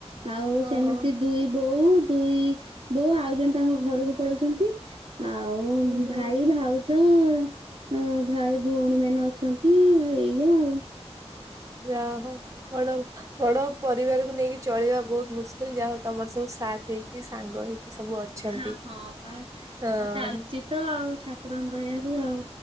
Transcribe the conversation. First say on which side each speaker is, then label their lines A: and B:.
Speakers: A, on the right; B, on the right.
A: ଆଉ
B: ଓହୋ
A: ସେମିତି ଦୁଇ ବୋଉ ଦୁଇ ବୋଉ ଆଉ ଜଣେ ତାଙ୍କ ଘରକୁ ପଳେଇଛନ୍ତି। ଆଉ ଉମ
B: ହୁଁ ହୁଁ
A: ଭାଇ ଭାଉ ହୁଁ ଭାଇ ଭଉଣୀ ମାନେ ଅଛନ୍ତି ଆଉ ଏଇ ଈଆ ଆଉ
B: ଯା ହଉ ବଡ ହ ବଡ ପରିବାରକୁ ନେଇକି ଚଳିବା ବହୁତ ମୁସ୍କିଲ ଯାହା ହଉ ତମର ସବୁ ସାଥ ହେଇକି ସାଙ୍ଗ ହେଇକି ସବୁ ଅଛନ୍ତି
A: ହାଁ ହଁ ପା
B: ହଁ
A: ତ ଚାଲିଚ ତ ଆଉ ଙ୍କର ଦୟାରୁ ଆଉ